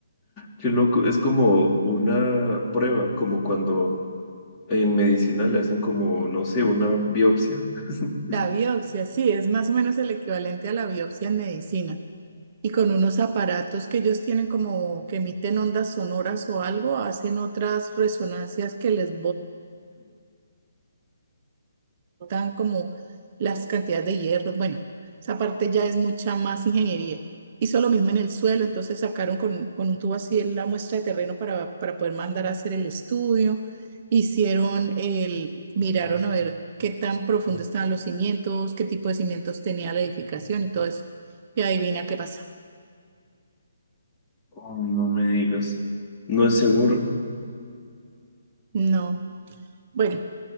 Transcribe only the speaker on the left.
Qué loco, es como una prueba, como cuando en medicina le hacen como, no sé, una biopsia. <laughs>
Oh, no me digas. No es seguro.